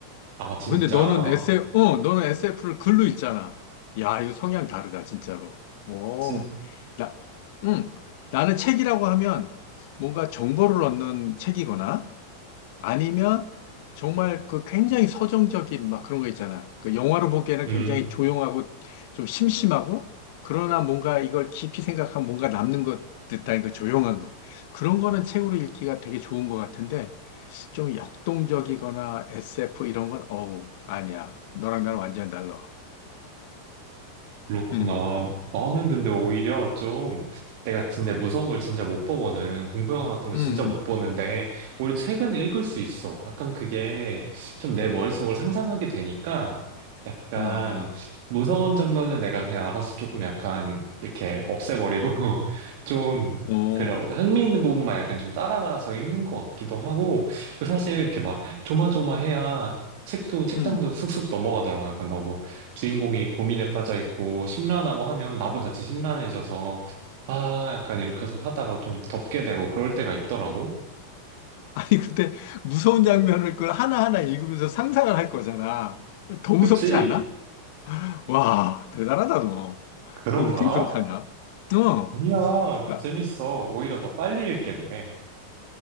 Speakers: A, on the right; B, on the left.
A: 아, 진짜?
B: 근데 너는 SF, 어, 너는 SF를 글로 읽잖아. 야, 이거 성향 다르다, 진짜로. 오,
A: 진,
B: 나, 응. 나는 책이라고 하면 뭔가 정보를 얻는 책이거나 아니면 정말 그 굉장히 서정적인 막 그런 거 있잖아. 그 영화로 보기에는
A: 음,
B: 굉장히 조용하고 좀 심심하고 그러나 뭔가 이걸 깊이 생각하면 뭔가 남는 것 듯한 그 조용한 거. 그런 거는 책으로 읽기가 되게 좋은 것 같은데 좀 역동적이거나 SF 이런 건 어우 아니야. 너랑 나랑 완전 달라.
A: 그렇구나.
B: 음.
A: 나는 근데 오히려 좀, 내가 진짜 무서운 걸 진짜 못 보거든. 공포영화 같은 거
B: 음.
A: 진짜 못 보는데, 오히려 책은 읽을 수 있어. 약간 그게 좀 내 머릿속을 상상하게 되니까, 약간
B: 음. 와.
A: 무서운 장면은 내가 그냥 알아서 조금 약간 이렇게 없애버리고 <laughs> 좀
B: 오.
A: 그래 흥미있는 부분만 약간 좀 따라가서 읽는 것 같기도 하고 그 사실 이렇게 막 조마조마해야 책도 책장도
B: 음.
A: 쑥쑥 넘어가더라고 약간 너무 주인공이 고민에 빠져 있고 심란하고 하면 나도 같이 심란해져서 아 약간 이렇게 해서 하다가 좀 덮게 되고 그럴 때가 있더라고
B: <laughs> 아니 근데 무서운 장면을 그걸 하나하나 읽으면서 상상을 할 거잖아. 더 무섭지
A: 그치
B: 않아? 와, 대단하다, 너.
A: 그런가
B: 그 어떻게 그렇게 하냐? 어,
A: 아니야
B: 나,
A: 재밌어 오히려 더 빨리 읽게 돼